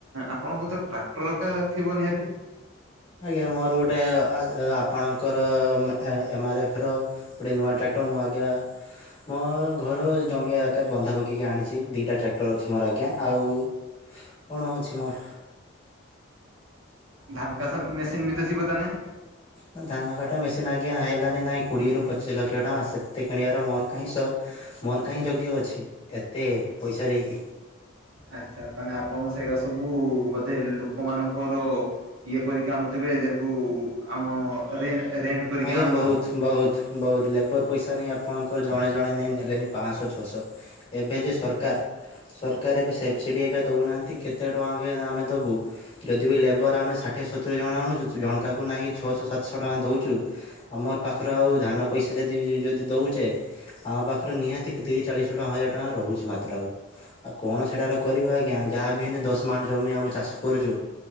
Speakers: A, on the right; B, on the left.
A: ଆପଣଙ୍କ ତ ଟ୍ରାକ୍ଟର ଏକା ଥିବ ନିହାତି?
B: ଆଜ୍ଞା ମୋର ଗୋଟେ ଆପଣଙ୍କର ଏମଆର୍ ଏଫ ର ଗୋଟେ ନୂଆ ଟ୍ରାକ୍ଟର ମୁଁ ଆଜ୍ଞା ମୋ-ଅ-ଅ ଘର ଜମି ଏକା ବନ୍ଧା ପକେଇକି ଆଣିଛି, ଦିଇଟା ଟ୍ରାକ୍ଟର ଅଛି ମୋର ଆଜ୍ଞା ଆଉ କଣ ଅଛି ମୋର।
A: ଧାନ କାସାର ମେସିନ୍ ବି ତ ଥିବ ତାହେନେ?
B: ନା ଧାନ କାଟା ମେସିନ୍ ଆଜ୍ଞା ହେଲାନି, ନାଇଁ କୋଡ଼ିଏରୁ ପଚିଶ ଲକ୍ଷ ଟଙ୍କା ସେତେ କିଣିବାର ମୋର କାହିଁ ସ ମୋର କାହିଁ ଯୋଗ୍ୟ ଅଛି ଏତେ ପଇସା ଦେଇକି।
A: ଆଚ୍ଛା ତାହେଲେ ଆପଣ ସେଇରା ସବୁ ବୋଧେ ଲୋକମାନଙ୍କର ଇଏ କରିକି କି ଆଣୁଥିବେ ଏଜରକୁ ଆମ ରେଣ୍ଟ୍, ରେଣ୍ଟ୍ କରିକି
B: ଆଜ୍ଞା
A: ଆଣନ୍ତ୍
B: ବହୁତ
A: ଆଉ।
B: ବହୁତ ବହୁତ ଲେବର ପଇସା ନେଇ ଆପଣଙ୍କର ଜଣେ ଜଣେ ନେଇଁ ନେଲେନି ପାଁଶହ ଛଅଶହ। ଏବେ ଯେ ସରକାର ସରକାର ଏବେ ସେବସିଡି ଏକା ଦଉନାହାନ୍ତି କେତେ ଟଙ୍କା ଏକେ ଆମେ ଦବୁ। ଯଦି ବି ଲେବର ଆମେ ଷାଠିଏ ସତୁରି ଜଣ ଆଣୁଛୁ ତ ଜଣକାକୁ ନାଇଁକି ଛଅଶହ ସାତଶହ ଟଙ୍କା ଦଉଛୁ। ଆମର ପାଖର ଆଉ ଧାନ ପଇସା ଯଦି ଯଦି ଦଉଛେ ଆମ ପାଖରେ ନିହାତି ତିରିଶ ଚାଳିଶ ଶହ‌ ହଜାର ଟଙ୍କା ରହୁଛି ମାତ୍ର ଆଉ ଆଉ କଣ ସେଟାର କରିବୁ ଆଜ୍ଞା ଯାହା ବି ହେନେ ଦଶ ମାଣ୍ଟ ଜମି ଆମେ ଚାଷ କରୁଛୁ।